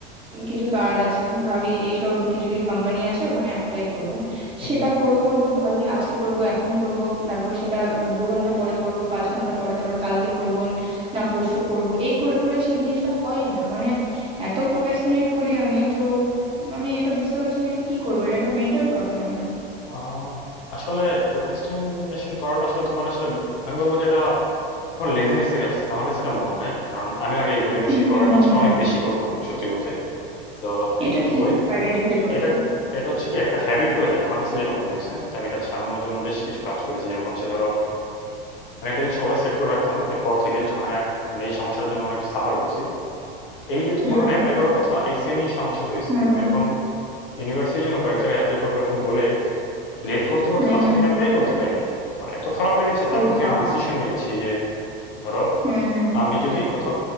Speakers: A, on the right; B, on the left.
A: কিছু কাজ আছে ভাবি এইসব কিছু কিছু কোম্পানি আছে ওখানে অ্যাপ্লাই করব
B: হু,
A: সেটা
B: হু।
A: করব করব ভাবি আজকে করব এখন করব তারপর সেটা দু ঘন্টা পরে করব পাঁচ ঘন্টা পরে তারপরে কালকে করব না পরশু করব এই করে করে সেই জিনিসটা হয় না মানে এত প্রোক্রাস্টিনেট করি আমি তো আমি এটা বুঝতে পারছি না এটা কি করবো এটা একটা মেন্টাল প্রবলেম আমার
B: আ আসলে procrastination করাটা আসলে তোমার আসলে আমি বলব যে এটা তোমার লেজিনেস থেকে আসতেছে। আমার কাছে এটা মনে হয়। কারণ আমিও আগে এই গড়িমসি
A: হুম
B: করার কাজটা অনেক বেশি করতাম সত্যি বলতে। তো
A: এটা ঠিক
B: গরিব
A: আইডেন্টিফাই করেছো
B: এটা এটা হচ্ছে কি একটা হ্যাবিট হয়ে যায় আমার কাছে যেটা মনে হয়েছে তো আমি এটা ছাড়ানোর জন্য বেশ কিছু কাজ করেছি যেমন হচ্ছে ধরো আমি একটা জিনিস অলওয়েজ সেট করে রাখতাম এরপর থেকে যখন আমি আ- মানে এই সমস্যার জন্য অনেক সাফার করছি এই যে তুমি
A: হুম
B: বললে না অ্যাপ্লাই করার কথা এই সেম জিনিসটা আমার সাথে হয়েছে
A: হুম
B: তো আমি এরকম ইউনিভার্সিটির জন্য কয়েক জায়গায় অ্যাপ্লাই করবো এরকম বলে লেট করতে করতে
A: হুম
B: লাস্ট
A: হুম
B: আমি অ্যাপ্লাই করতে পারিনি আমার এত খারাপ লেগেছে তারপর
A: এ
B: থেকে
A: বাবা
B: আমি ডিসিশন নিয়েছি যে ধরো
A: হুম হুম
B: আমি যদি কোথাও